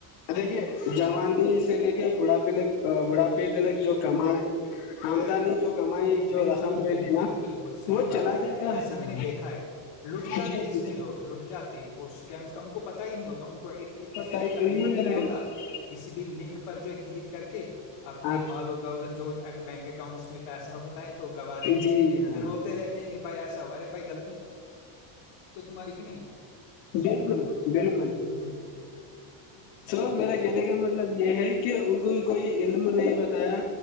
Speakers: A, on the left (about 85°); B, on the left (about 65°).
A: دیکھیے جوانی سے لے کے بڑھاپے لک بڑھاپے تلک جو کم آمدانی جو کمائی جو
B: بالکل
A: رقم رہتی
B: بالکل
A: نا
B: بالکل صحیح
A: وہ
B: بات
A: چلا
B: ہے ایسا
A: جاتا وہ
B: میں نہیں دیکھا ہے لٹ جاتے
A: جی
B: اس
A: پت
B: میں لوگ لٹ جاتے ہیں وہ اسکیمس کا ان کو پت ت ہی نہیں ہوتا ان کو اس چیز
A: ہی
B: کا علم ہی نہیں
A: رہے
B: ہوتا
A: گا
B: کسی بھی لنک پر جو ہے کلک کر کے اپنی
A: آپ
B: مال و دولت جو بینک اکاؤنٹس میں پیسے ہوتا ہے تو گوا لیتے
A: جی
B: ہیں
A: ہاں
B: پھر روتے رہتے ہیں کہ کہ بھائی ایسا ہوا رہے بھائی غلطی تو تمہاری کی نہیں
A: بالکل بالکل
B: ہوں، ہوں،
A: <unintelligible>
B: یہی
A: سو
B: چیزیں
A: میرا
B: ہیں،
A: کہنے کیا مطلب یہ ہے کہ ان کو کوئی علم نہیں بتایا